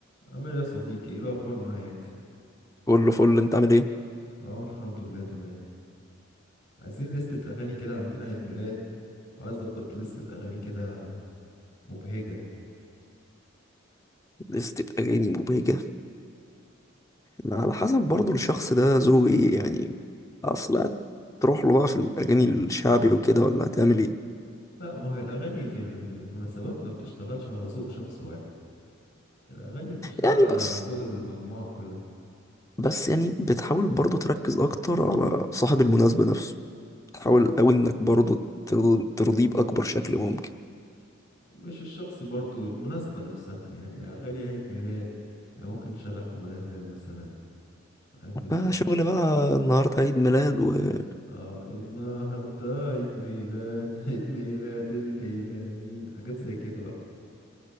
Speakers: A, on the left (about 60°); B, on the left (about 15°).
A: عامل ايه يا صديقي ايه الاخبار معاك
B: كله فل انت عامل ايه
A: اه الحمد لله تمام عايزين لستة اغاني كده عندنا عيد ميلاد وعايز اظبط لستة اغاني كده مبهجة
B: لستة اغاني مبهجة ما على حسب برضو الشخص ده ذوقه ايه يعني اصلا تروح له بقى في الاغاني الشعبي وكده ولا هتعمل ايه
A: لا ما هي الاغاني في المناسبات ما بتشتغلش على ذوق شخص واحد الاغاني بتشتغل
B: يعني
A: على
B: بس
A: ذوق المجموعة كلها
B: بس يعني بتحاول برضو تركز اكتر على صاحب المناسبة نفسه تحاول قوي انك برضو تر- ترضيه باكبر شكل ممكن
A: مش الشخص برضو المناسبة نفسها يعني اغاني عيد ميلاد يعني ممكن نشغل حمادة هلال مثلا عارف انت
B: بقى شغل بقى النهاردة عيد ميلاد وماشي
A: اه النهارده عيد ميلاد <laughs> عيد ميلاد الليلة مين حاجات زي كده بقى